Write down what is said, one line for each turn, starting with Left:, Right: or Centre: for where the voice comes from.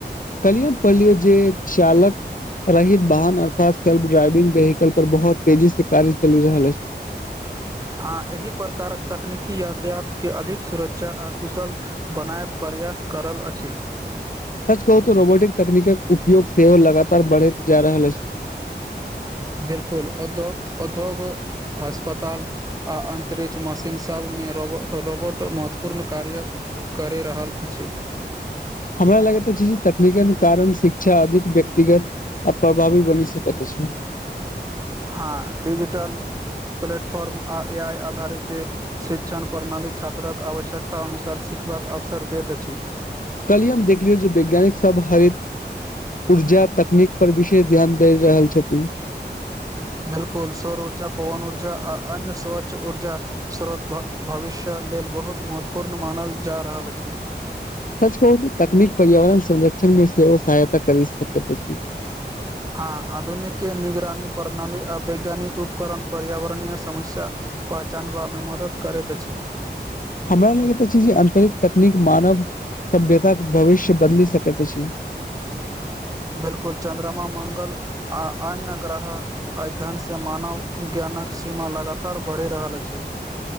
Left: कलही हम पढ़लियो जे चालक रहित वाहन अर्थात सेल्फ ड्राइविंग वेहिकल पर बहुत तेजी से कार्य चलि रहल अछि
Right: हाँ एहि प्रकारक तकनीकी यातायात के अधिक सुरक्षा आ कुशल बनाएब प्रयास करल अछि
Left: सच कहू तऽ रोबोटिक तकनीकक उपयोग सेहो लगातार बढ़ैत जा रहल अछि
Right: बिल्कुल उद्योग उद्योग हस्पताल आ अन्तरिक्ष मशीन सबमे रोबो रोबोट महत्वपूर्ण कार्य करि रहल अछि
Left: हमरा लगैत अछी जे तकनीक कारण शिक्षा अधिक व्यक्तिगत आ प्रभावी बनी सकत अछि
Right: हाँ डिजिटल प्लेटफॉर्म आ ए आइ आधारित शिक्षण प्रणाली छात्रक आवश्यकता अनुसार सिखबाक अवसर दैत अछि
Left: कल्हि हम देखलियौ जे वैज्ञानिक सब हरित ऊर्जा तकनीक पर विशेष ध्यान दै रहल छथिन
Right: बिल्कुल सौर ऊर्जा पवन ऊर्जा आ अन्य स्वच्छ ऊर्जा स्रोत भ भविष्य लेल बहुत महत्वपूर्ण मानल जा रहल अछि
Left: सच कहू तो तकनीक पर्यावरण संरक्षण मे सेहो सहायता करी सकैत अछि।
Right: हँ आधुनिक निगरानी प्रणाली आ वैज्ञानिक उपकरण पर्यावरणीय समस्या पहचानबामे मदद करैत अछि
Left: हमरा लगैत अछि जे अंतरिक तकनीक मानव सभ्यता के भविष्य बदलि सकैत अछि
Right: बिल्कुल चन्द्रमा मंगल आ अन्य ग्रह एहि धनसँ मानव ज्ञानक सीमा लगातार बढ़ि रहल अछि